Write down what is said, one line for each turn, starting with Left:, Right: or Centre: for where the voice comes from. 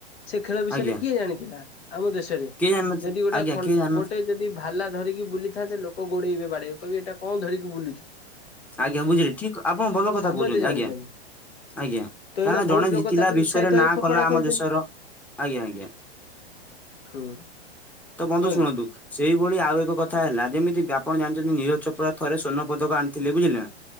Left: ସେ ଖେଳ ବିଷୟରେ
Centre: ଆଜ୍ଞା
Left: କିଏ ଜାଣିଥିଲା ଆମ ଦେଶରେ?
Centre: କିଏ ଜାଣିନଥିଲେ
Left: ଯଦି ଗୋଟେ
Centre: ଆଜ୍ଞା
Left: ଖନ୍
Centre: କିଏ ଜାଣିନ
Left: ଗୋଟେ ଯଦି ଭାଲା ଧରିକି ବୁଲିଥାନ୍ତେ ଲୋକ ଗୋଡେଇବେ ବାଡେଇ କହିବେ ଏଇଟା କଣ ଧରିକି ବୁଲୁଚି।
Centre: ଆଜ୍ଞା ବୁଝିଲି ଠିକ ଆପଣ ଭଲ କଥା
Left: ସମସ୍ତେ
Centre: କହୁଛନ୍ତି
Left: ଜାଣିଛନ୍ତି
Centre: ଆଜ୍ଞା। ଆଜ୍ଞା
Left: ତ ଏଇନା
Centre: କାରଣ
Left: ବହୁତ
Centre: ଜଣେ
Left: ଲୋକ
Centre: ଜିତିଲା
Left: ତାଠୁ
Centre: ବିଶ୍ଵରେ
Left: ଉତ୍ସାହିତ ହେଇ
Centre: ନାଁ
Left: ଫୋପଡା
Centre: କଲା
Left: ଖେଳୁଛନ୍ତି
Centre: ଆମ ଦେଶର ଆଜ୍ଞା, ଆଜ୍ଞା।
Left: ହୁଁ,
Centre: ତ ବନ୍ଧୁ
Left: କୁଅ?
Centre: ଶୁଣନ୍ତୁ ସେଇଭଳି ଆଉ ଏକ କଥା ହେଲା ଯେମିତି କି ଆପଣ ଯାଇଛନ୍ତି ନିର ଚପୋରା ଥରେ ସ୍ଵର୍ଣପଦକ ଆଣି ଥିଲେ ବୁଝିଲେ ନା